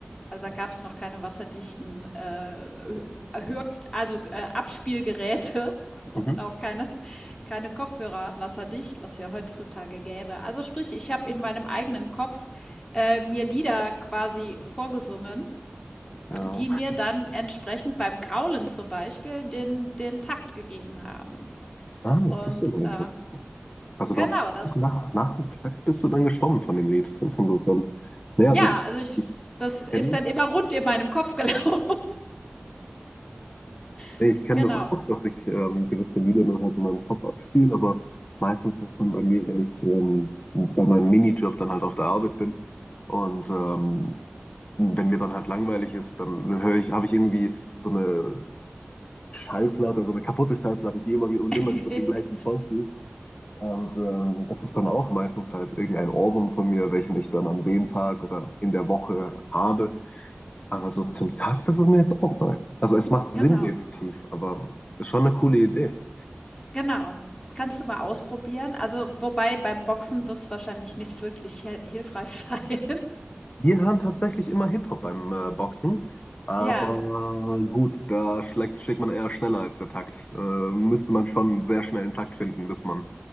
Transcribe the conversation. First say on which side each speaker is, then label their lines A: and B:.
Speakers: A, on the left; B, on the left.
A: also, da gab es noch keine wasserdichten, äh, also äh, Abspielgeräte <laughs> und
B: mhm.
A: auch keine, keine Kopfhörer, wasserdicht, was ja heutzutage gäbe. Also sprich, ich habe in meinem eigenen Kopf äh, mir Lieder quasi vorgesungen,
B: ja.
A: die mir dann entsprechend beim Graulen zum Beispiel den, den Takt gegeben haben.
B: Ah,
A: Und
B: das ist immer interessant.
A: äh,
B: Also
A: genau,
B: das ist
A: das,
B: wirklich nach, nach dem Takt bist du dann geschwommen von dem Lied. Das ist interessant. Naja, also
A: ja,
B: ich,
A: also ich,
B: ich
A: das ist
B: kenne
A: dann immer rund in meinem Kopf gelaufen. <laughs>
B: ich kenn
A: genau.
B: das auch, dass ich ähm, gewisse Lieder dann halt in meinem Kopf abspiele, aber meistens ist das dann bei mir, wenn ich ähm, bei meinem Minijob dann halt auf der Arbeit bin und ähm, wenn mir dann halt langweilig ist, dann höre ich, habe ich irgendwie so eine Schallplatte, so eine kaputte Schallplatte, die immer wieder
A: <laughs>
B: und immer wieder den gleichen Song spielt. Und ähm, das ist dann auch meistens halt irgendein Ohrwurm von mir, welchen ich dann an dem Tag oder in der Woche habe. Aber so zum Tag, das ist mir jetzt auch neu. Also es macht
A: genau.
B: Sinn definitiv, aber ist schon eine coole Idee.
A: Genau, kannst du mal ausprobieren. Also, wobei beim Boxen wird es wahrscheinlich nicht wirklich hel hilfreich <laughs> sein.
B: Wir hören tatsächlich immer Hip-Hop beim äh, Boxen, aber
A: Ja,
B: gut, da schlägt, schlägt man eher schneller als der Takt. Äh, müsste man schon einen sehr schnellen Takt finden, bis man